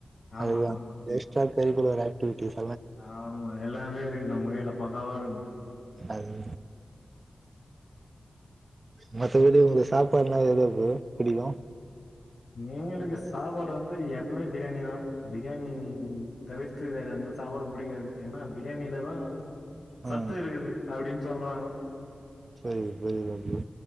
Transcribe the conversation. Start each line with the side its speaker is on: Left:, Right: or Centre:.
Left: ஆமா
Right: அதுதா
Left: ஆமா
Right: வேஸ்டா பெய்டு இது வேற ஆக்டிவிட்டீஸ்
Left: ஆமா எல்லா னமே இருக்குது நம்ம கைல பக்காவா இருக்கு
Right: அது மத்தபடி உங்ளுக்கு சாப்பாட்னா எது ப்ரோ புடிக்கு
Left: எங்கெளுக்கு சாப்பாடு வந்து எப்பமே பிரியாணி தா பிரியாணி தவிர்த் து வேற எந்த சாப்பாடு புடிகாது ஏன்னா பிரியாணிலதா
Right: ஆ
Left: சத்து இருக்குது அப்டின் சொல்றாங்கோ
Right: புரிது புரிது அதியு